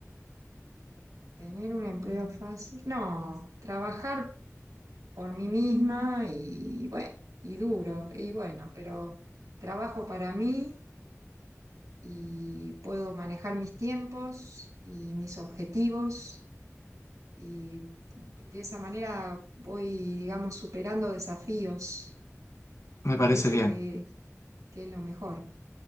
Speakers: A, on the right; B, on the left.
A: Tener un empleo fácil. No, trabajar por mí misma y bueno, y duro, y bueno, pero trabajo para mí y puedo manejar mis tiempos y mis objetivos y de esa manera voy, digamos, superando desafíos. Me
B: Me
A: parece
B: parece bien,
A: que que es lo mejor